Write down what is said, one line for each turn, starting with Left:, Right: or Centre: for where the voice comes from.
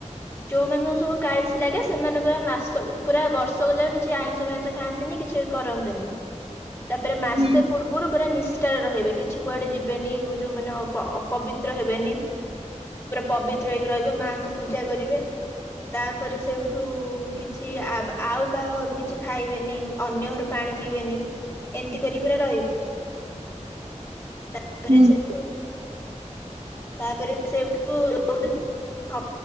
Left: ଯୋଉ ମାନଙ୍କୁ ସବୁ କାଳିସ ଲାଗେ ସେମାନେ ପୁରା ମାସ ପୁରା ବର୍ଷକ ଯାକ କିଛି ଆଇଁଷ ଫାଇଁସ ଖାଆନ୍ତି। କିଛି କରନ୍ତିନି ତାପରେ ମାସେ
Right: ହୁଁ
Left: ପୂର୍ବରୁ ପୁରା ନି ଷ୍ଠାରେ ରହିବେ କିଛି କୁଆଡେ ଯିବେନି ଯୋଉ ମାନେ ଅପବିତ୍ର ହେବେନି। ପୁରା ପବିତ୍ର ହେଇକି ରହିବେ ମାଙ୍କୁ ପୂଜା କରିବେ। ତାପରେ ସେଇଉଠୁ କିଛି ଆଉ କାହା ଘରୁ କିଛି ଖାଇବେନି ଅନ୍ୟ ଘର ପାଣି ପାଣି ପିଇବେନି ଏମିତି କରି ପୁରା ରହିବେ। ତାପରେ
Right: ହୁଁ ହୁଁ
Left: ସେଠୁ ତାପରେ ସେଇଠୁ <unintelligible>